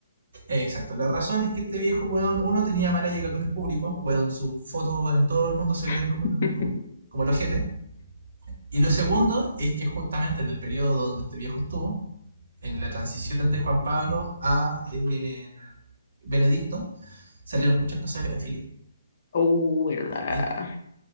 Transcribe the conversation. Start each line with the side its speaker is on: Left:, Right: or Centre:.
Right: eh, exacto, la razón es que este viejo, weón, uno tenía mala llegada con el público, weón, sus fotos en todo el mundo se vendieron
Left: <laughs>
Right: como, el- como, como el ojete. Y lo segundo es que justamente en el periodo donde este viejo estuvo, en la transición de Juan Pablo a eh, Benedicto, salieron muchas cosas de pedofilia.
Left: Oh, ¿verdad?
Right: Y, este-